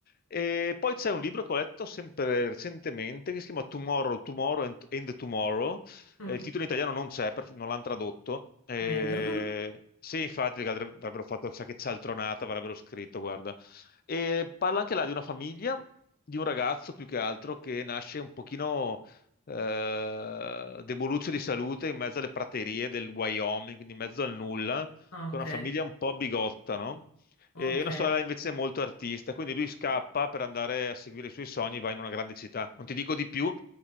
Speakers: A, on the left; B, on the left.
A: E poi c'è un libro che ho letto sempre recentemente che si chiama Tomorrow, Tomorrow and, and Tomorrow.
B: Mm,
A: Eh, il titolo in italiano non c'è, per- non l'hanno tradotto. Eh,
B: meglio. <laughs>
A: sì, infatti, perché avre- avrebbero fatto chissà che cialtronata, avrebbero scritto, guarda. E parla anche là di una famiglia, di un ragazzo più che altro che nasce un pochino eh, deboluccio di salute in mezzo alle praterie del Wyoming, quindi in mezzo al nulla
B: Ok,
A: con una famiglia un po' bigotta, no?
B: ok.
A: E una sorella invece è molto artista, quindi lui scappa per andare a seguire i suoi sogni, va in una grande città. Non ti dico di più,